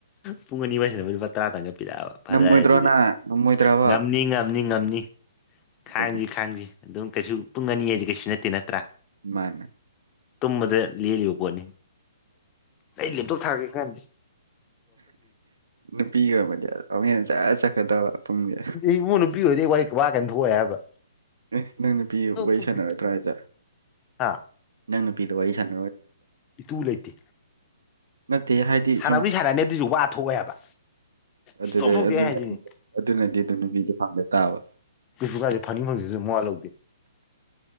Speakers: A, on the left; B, on the right.
A: ꯄꯨꯡ ꯑꯅꯤꯋꯥꯏꯁꯤꯗ ꯂꯨꯄꯥ ꯇꯔꯥꯇꯪꯠ ꯄꯤꯔꯛꯑꯕ ꯐꯖꯔꯦ
B: ꯉꯝꯃꯣꯏꯗ꯭ꯔꯣ
A: ꯑꯗꯨꯗꯤ
B: ꯅ ꯉꯝꯃꯣꯏꯗ꯭ꯔꯕ
A: ꯉꯝꯅꯤ ꯉꯝꯅꯤ ꯉꯝꯅꯤ ꯈꯥꯡꯁꯤ
B: ꯑꯗꯨꯅꯦ
A: ꯈꯥꯡꯁꯤ ꯑꯗꯨꯝ ꯀꯩꯁꯨ ꯄꯨꯡ ꯑꯅꯤ ꯍꯥꯏꯁꯤ ꯀꯩꯁꯨ ꯅꯠꯇꯦꯅ
B: ꯃꯥꯅꯦ
A: ꯇꯨꯝꯕꯗ ꯂꯦꯜꯂꯤꯕ ꯄꯣꯠꯅꯤ ꯑꯩ ꯂꯦꯞꯇꯣꯞ ꯊꯥꯒꯦ ꯀꯥꯟꯗꯤ
B: ꯅꯨꯄꯤꯒꯤ ꯑꯣꯏꯕꯗꯤ ꯍꯦꯟꯅ ꯆ ꯆꯠꯀꯗꯕ ꯄꯨꯡꯁꯦ
A: ꯏꯃꯨꯡ ꯅꯨꯄꯤꯤ ꯑꯣꯏꯗꯤ ꯑꯩ ꯋꯥꯣꯏ ꯋꯥ ꯀꯩ ꯊꯣꯛꯑꯦ ꯍꯥꯏꯕ
B: ꯑꯦ ꯅꯪ ꯅꯨꯄꯤ
A: ꯁꯨꯛꯊꯣꯛ
B: ꯋꯥꯔꯤ
A: ꯊꯣꯛꯇꯦ
B: ꯁꯥꯟꯅꯔꯗ꯭ꯔꯣ ꯑꯖꯦ
A: ꯍꯥ
B: ꯅꯪ ꯅꯨꯄꯤꯗ ꯋꯥꯔꯤ ꯁꯥꯟꯅ
A: ꯏꯇꯨ ꯂꯩꯇꯦ
B: ꯅꯠꯇꯦ ꯍꯥꯏꯗꯤ
A: ꯁꯥꯟꯅꯕꯔꯤ
B: ꯁꯨꯝ
A: ꯁꯥꯟꯅꯅꯤ ꯑꯗꯨꯁꯨ ꯋꯥ ꯊꯣꯛꯑꯦ ꯍꯥꯏꯕ
B: ꯑꯗꯨꯗ
A: ꯁꯨꯛꯊꯣꯛ ꯊꯣꯛꯇꯦ ꯑꯩ ꯍꯥꯏꯁꯤꯅꯤ
B: ꯑꯗꯨꯅꯗꯤ ꯑꯗꯨ ꯅꯨꯄꯤꯗꯨ ꯐꯪꯗ ꯇꯥꯕ
A: ꯑꯩꯁꯁꯨ ꯀꯒꯥꯔꯤ ꯐꯥ ꯐꯖꯦ